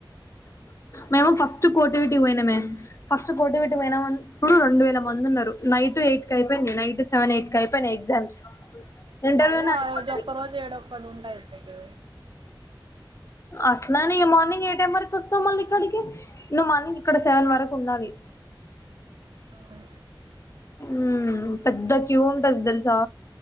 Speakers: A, on the left; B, on the right.
A: మేము ఫస్ట్ కోటివిటీ పోయినమే ఫస్ట్ కోటివిటీ పోయినమన్ ఇప్పుడు రెండు వేల మంది ఉన్నరు నైట్ ఎయిట్ కి అయిపోయింది నైట్ టు సెవెన్ ఎయిట్ కి అయిపోయినయి ఎగ్జామ్స్ ఇంటర్వ్యూనే
B: అదే
A: అయిపోతది
B: ఆ రోజు ఒక్క రోజు ఏడోక్కడు ఉంట అయిపోతది
A: అట్లని ఇగ మార్నింగ్ ఏ టైం వరకు వస్తా మళ్ళీ ఇక్కడికి నువ్వు మార్నింగ్ అక్కడ సెవెన్ వరకు ఉండాలి
B: ఆవును
A: ఊ పెద్ద క్యూ ఉంటది తెలుసా